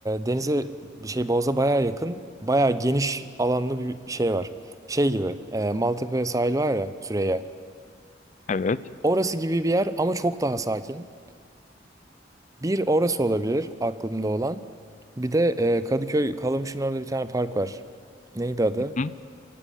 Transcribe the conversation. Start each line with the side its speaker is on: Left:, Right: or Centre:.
Right: denize bir şey Boğaz'a bayağı yakın. Bayağı geniş alanlı bir şey var. Şey gibi e, Maltepe sahil var ya Süreyya.
Left: Evet.
Right: Orası gibi bir yer ama çok daha sakin. Bir orası olabilir aklımda olan. Bir de e, Kadıköy Kalamış'ın orada bir tane park var. Neydi adı?
Left: Hı hı.